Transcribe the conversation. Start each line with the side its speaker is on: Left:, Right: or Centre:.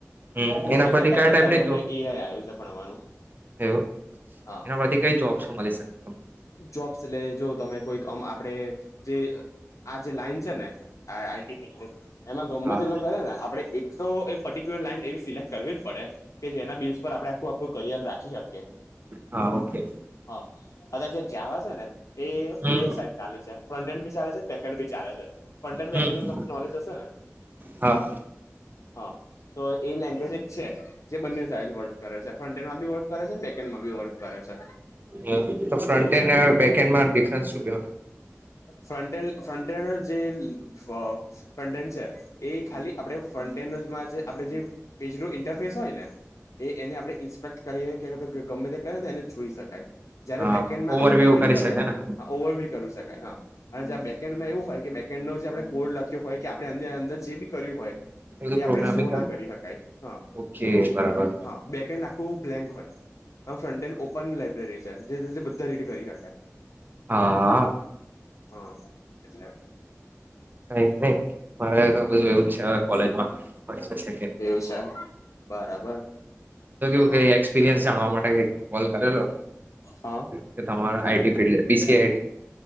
Right: હમ
Left: પછી
Right: એના પરથી
Left: અત્યારે
Right: કયા
Left: અત્યારે
Right: ટાઈપની
Left: અમને એઆઈ આવ્યું છે છે ભણવાનું
Right: એ
Left: હા
Right: એના પરથી કઈ જોબ્સો મળી શકે તમને
Left: જોબ્સ લે જો તમે કોઈકમ આપડે જે આ જે લાઈન છે ને હા આઈટી ફિલ્ડ એમાં ગમે
Right: હા
Left: તેટલું કરે ને આપડે એક તોો એ પર્ટિક્યુલર લાઈન એવી સિલેક્ટ કરવી જ પડે કે જેના બિલ્લ્સ પર આપણે આખું અપ્રવ કરિયર રાખી શકીએ
Right: હા ઓકે
Left: હા અ જે જ્યાવા છે ને એ
Right: હમ
Left: બે સાઈડ ચાલે છે ફ્રન્ટ હન્ડ ભી ચાલે છે બેક હન્ડ ભી ચાલે છે પંટન વ્યાક્યાું
Right: હમ
Left: તમને નોલેજ હશે ને
Right: હા
Left: હા તો એ લેંગ્વેજ એક છે જે બંને સાઇઝ વર્ક કરે છે ફ્રન્ટ એન્ડમાં બી વર્ક કરે છે ને બેકેન્ડમાં બી વર્ક કરે છે
Right: હ તો ફ્રન્ટ
Left: એવું છે
Right: એન્ડ બેકન્ડ માં ડિફરન્સ શું
Left: ફ્ર ફ્રન્ટે જે ફન છે એ ખાલી આપ ફન્ટેનમાં આપે જે પેજ ઇન્ટરફેસ હોય ને એને આપડણે ઇન્સ્પેક્ટ કરીએ કે ગમે તે કરને એને જોઈ શકાય જયારે
Right: હા
Left: બેકેન્ડમાં
Right: ઓવરવ્યુ
Left: આપણે કોડિંગ
Right: કરી
Left: કરીએ
Right: શકે ને
Left: ઓવર ભી કરી શકાય હા અને જં બેકેન્ડમાં એવું હોય કે બેકેન્ડ નો જે આપણે કોડ લખ્યો હોય કે આપણે અંદર જે બી કર્યું હોય
Right: બધું
Left: એ
Right: પ્રોગ્રામિંગ
Left: આપણેે શું
Right: કર
Left: ના કરી શકાય હા
Right: ઓકે બરાબર
Left: હા બેક એન્ડ આખું બ્લેન્ક હોય ફ્ર એન્ડ પણ લાઈબ્રેરી છે જે બધા રીડ કરી શકે
Right: હા
Left: હા એટલે
Right: કઈ નહી મારે તો બધું એવું છે
Left: એવું છે બરાબર હ
Right: કેું એપરયસ જાણવા માટે કઈક કોલ કરેલો
Left: હા.
Right: કે તમારા આઈટી ફિલ્ડ બીસી